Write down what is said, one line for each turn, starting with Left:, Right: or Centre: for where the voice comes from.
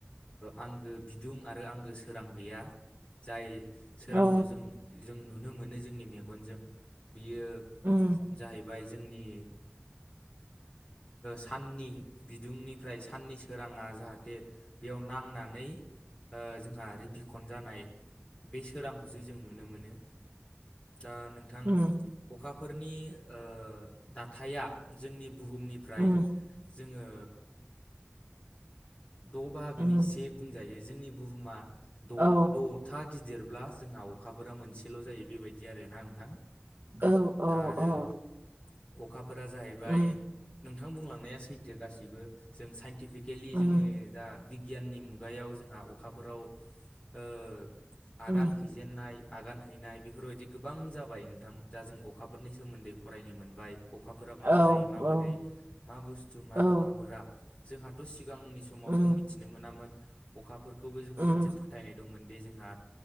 Left: आंगो बिदुं आरो आंगो सोरां गैया। जाय सोरांखौ
Right: औ
Left: जों जों नुनो मोनो जोंनि मेगनजों। बियो
Right: उम
Left: जाहैबाय जोंनि साननि बिदुंनिफ्राय साननि सोराङा जाहाथे बेयाव नांनानै जोंहा रिपिकन जानाय बे सोरांखौसो जों नुनो मोनो। दा नोंथां
Right: उम
Left: अखाफोरनि ओ दाथाया जोंनि बुहुमनिफ्राय
Right: उम
Left: जोङो द' बाहागोनि
Right: उम
Left: से बुंजायो जोंनि बुहुमा
Right: औ
Left: द'था गिदिर ब्ला जोंहा अखाफोरा मोनसेल' जायो बेबायदि आरोना नोंथां।
Right: औ औ
Left: दा आरो
Right: औ
Left: अखाफोरा जाहैबाय
Right: उम
Left: नोंथां बुंलांनाया सैथो गासैबो जों साइन टिफिकेलि
Right: उम
Left: जोंङो दा बिगियाननि मुगायाव जोंहा अखाफोराव ओ आगान
Right: उम
Left: हैजेननाय आगान हैनाय बेफोरबायदि गोबां जाबाय नोंथां दा जों अखाफोरनि सोमोन्दै फरायनो मोनबाय अखाफोरा माबोरै
Right: औ
Left: माबोरै
Right: औ
Left: मा बुस्थु मार
Right: औ
Left: अखाफोरा जोंहाथ सि सिगांनि समाव
Right: उम
Left: जों मिथिनो मोनामोन अखाफोरखौबो जोंहा
Right: उम
Left: मोनसे फोथायनाय दंमोन दि जोंहा